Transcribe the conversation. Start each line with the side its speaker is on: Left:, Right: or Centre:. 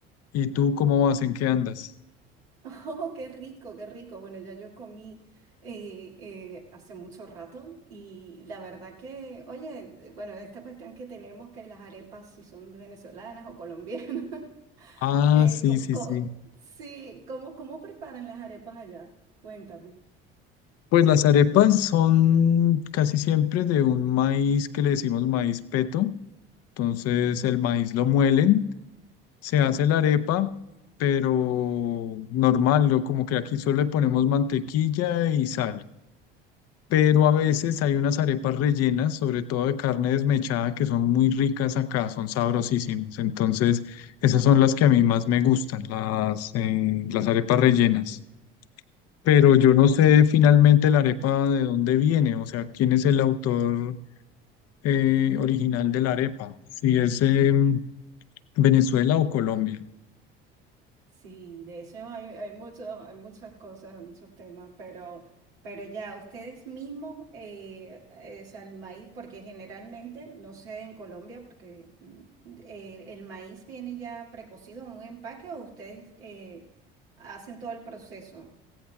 Left: ¿Y tú cómo vas? ¿En qué andas?
Right: <laughs> Oh, qué rico, qué rico. Bueno, ya yo comí eh, eh, hace mucho rato y la verdad que, oye, eh, bueno, esta cuestión que tenemos que las arepas, si son venezolanas o colombianas, <laughs>
Left: Ah,
Right: eh,
Left: sí,
Right: co-
Left: sí,
Right: co-
Left: sí.
Right: sí, ¿cómo, cómo preparan las arepas allá? Cuéntame.
Left: Pues las arepas son casi siempre de un maíz que le decimos maíz peto. Entonces el maíz lo muelen. Se hace la arepa, pero normal, ¿no? Como que aquí solo le ponemos mantequilla y sal. Pero a veces hay unas arepas rellenas, sobre todo de carne desmechada, que son muy ricas acá, son sabrosísimas. Entonces, esas son las que a mí más me gustan, las, eh, las arepas rellenas. Pero yo no sé finalmente la arepa de dónde viene, o sea, quién es el autor eh, original de la arepa, si es em, Venezuela o Colombia.
Right: Sí, de eso hay, hay muchos, hay muchas cosas, muchos temas, pero, pero ya ustedes mismos, eh, eh, o sea, el maíz, porque generalmente, no sé en Colombia, porque mm, eh, el maíz viene ya precocido en un empaque o ustedes eh, hacen todo el proceso.